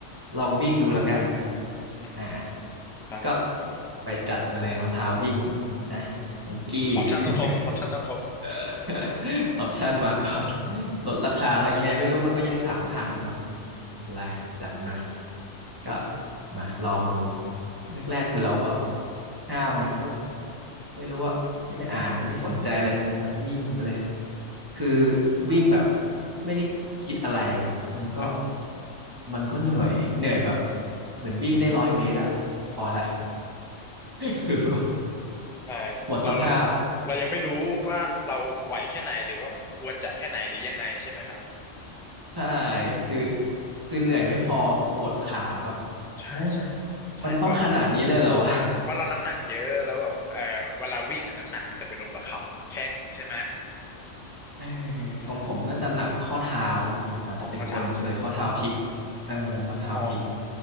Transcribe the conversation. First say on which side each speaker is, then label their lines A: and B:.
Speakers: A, on the right; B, in the centre.
A: ลองวิ่งดูแล้วกัน
B: อืม
A: อ่า
B: ครับ
A: ก็ไปจัดมาเลยรองเท้าวิ่งนะไนกี้ <laughs>
B: อ <laughs> อปชัน <laughs> ต้องครบออปชันต้องครบ
A: <laughs>
B: ใช่ไหม
A: ออปชั่นมาก่อนลดราคาแล้วยังไงไม่รู้มันก็ยังสามพันอยู่เนาะไม่เป็นไรจัดมาก็มาลองดูแรกๆคือเราก็ห้าวไงก็ไม่รู้ว่ายังไม่อ่านยังไม่สนใจอะไรทั้งนั้นนะวิ่งไปเลยคือวิ่งแบบไม่ได้คิดอะไรเนาะมันก็
B: ครับ
A: มันก็เหนื่อยเหนื่อยแบบเหมือนวิ่งได้ร้อยเมตรอะพอละ <laughs>
B: อืม
A: คือแบบ
B: แต่
A: หมดสภาพ
B: เราเราเรายังไม่รู้ว่าเราไหวแค่ไหนหรือว่าควรจะแค่ไหนหรือยังไงใช่ไหมครับ
A: ใช่ คือคือเหนื่อยไม่พอปวดขาแบบ
B: ใช่ใช่
A: โอ้
B: ใช่เพราะ
A: มันต้องขนาดนี้เลยเหรอวะ
B: ใช่เพราะเราน้ำหนักเยอะแล้วแบบเอ่อเวลาวิ่งอ่ะน้ำหนักมันจะไปลงกับเข่ากับแข้งใช่ไหม
A: เออ
B: ใช่
A: ของผมน่าจะหนักข้อเท้า มันอาจจะเป็นคนเคยข้อเท้าพลิก
B: ขอข้อเท้าใช่ไหม
A: เออข้อเท้าพลิก
B: อ๋ออ๋ออ๋อ